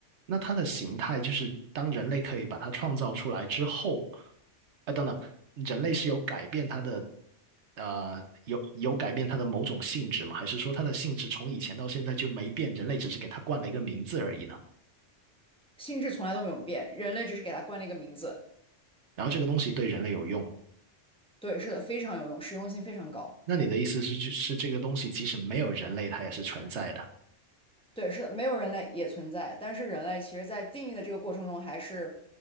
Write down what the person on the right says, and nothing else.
那它的形态就是当人类可以把它创造出来之后，啊，等等，人类是有改变它的，呃，有有改变它的某种性质吗？还是说它的性质从以前到现在就没变，人类只是给它冠了一个名字而已呢？
然后这个东西对人类有用，
那你的意思是，是这个东西即使没有人类，它也是存在的？